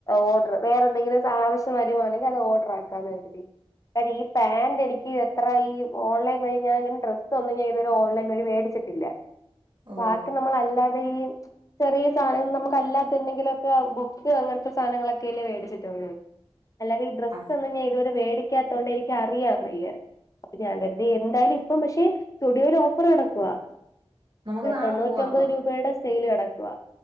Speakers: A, on the left (about 35°); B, on the right (about 50°).
A: ഓർഡർ വേറെ എന്തെങ്കിലും ആവശ്യം വരുവാണെങ്കിൽ അത് ഓർഡർ ആക്കാന്ന് കരുതി കാര ഈ പാൻറ് എനിക്ക് എത്ര ഓൺലൈ വിഞൻ ഇങ്ങനെ ഡ്രസ്സ് ഒന്നും ഞാൻതുവരെ ഓൺലൈൻ വഴി മേടിച്ചിട്ടില്ല
B: ഓ
A: ബാക്കി നമ്മളല്ലാതെ ഈ ചെറിയ സാധനങ്ങ നമുക്ക് അല്ലാത്ത എന്തെങ്കിലുമൊക്കെ ബുക്ക് അങ്ങനത്തെ സാധനങ്ങളൊക്കെല്ലേ മേടിച്ചിട്ടൊള്ളു അല്ലാതെ ഈ ഡ്രസ്സ്
B: അ-
A: ഒന്നുംഞാ ഇതുവരെ വേടിക്കാത്തോണ്ട് എനിക്ക് അറിയാം വയ്യ അപ്പ ഞാ കരുതിഎന്തായാലും ഇപ്പ പഷ സുഡിയോല് ഓഫറ് നടക്കുവാ
B: നമുക്ക് നാളെ
A: തൊണ്ണൂറ്റൊമ്പത്
B: പോവാ അപ്പം
A: രൂപയുടെ സെയിൽ കടക്കുവാ